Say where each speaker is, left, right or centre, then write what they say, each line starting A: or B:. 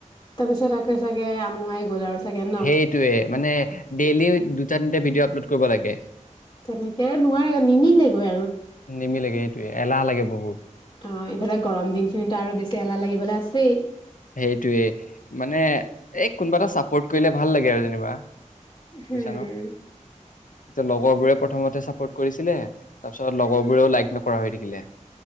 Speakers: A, on the left; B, on the left.
A: তাৰপিছত আকৌ চাগে আমোৱাই গ'ল আৰু চাগে ন'।
B: সেইটোয়ে মানে ডেইলি দুটা তিনিটা ভিডিঅ' আপলোড কৰিব লাগে।
A: তেনেকে নোৱাৰে নিমিলে গৈ।
B: নিমিলেগে। এই এলাহ লাগে বহুত।
A: অ', ইফালে গৰম দিন খিনিটো আৰু বেছি এলাহ লাগিবলৈ আছেই।
B: সেইটোৱে মানে এই কোনোবা এটা চাপৰ্ট কৰিলে ভাল লাগে আৰু যেনিবা।
A: হম'।
B: বুজিছা ন এতিয়া লগৰ বোৰে প্ৰথমতে চাপ'ৰ্ট কৰিছিলে। তাৰ পিছত লগৰ বোৰেও লাইক নক কৰা হৈ থাকিলে।